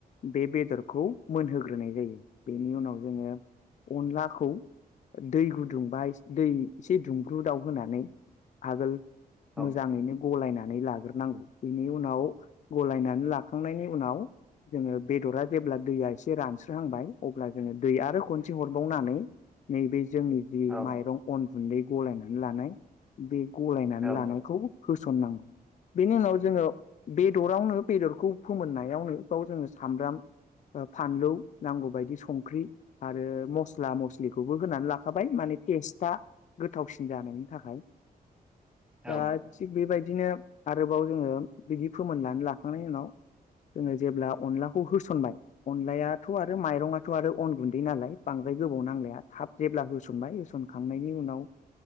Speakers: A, on the left; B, in the centre.
A: बे बेदरखौ मोनहोग्रोनाय जायो बेनि उनाव जोङो अनलाखौ दै गुदुंबा दै एसे दुंब्रु दाव होनानै आगोल
B: औ
A: मोजाङैनो गलायनानै लाग्रोनांगौ बेनि उनाव गलायनानै ला होखांनायनि उनाव जोङो बेदरा जेब्ला दैया एसे रानस्रोहांबाय अब्ला जोङो दै आरो खनसे हरबावनानै नै बे जोंनि जि
B: औ
A: माइरं अन गुन्दै गलायनानै लानाय बे गलायनानै लानायखौबो
B: औ
A: होसननांगौ बेनि उनाव जोङो बेदरावनो बेदरखौ फोमोननायावनो बेाव जोङो सामब्राम फानलौ नांगौ बायदि संख्रि। आरो मस्ला मस्लिखौबो होनानै लाखाबाय माने टेस्टआ गोथावसिन जानायनि थाखाय <inaudible> दा
B: औ
A: थिग बेबायदिनो आरोबाव जोङो बिदि फोमोननानै लाखांनायनि उनाव जोङो जेब्ला अनलाखौ होसनबाय अनलायाथ' आरो माइरङाथ' आरो अन गुन्दै नालाय बांद्राय गोबाव। गोबाव नांलाया थाब जेब्ला होसनबाय होसनखांनायनि उनाव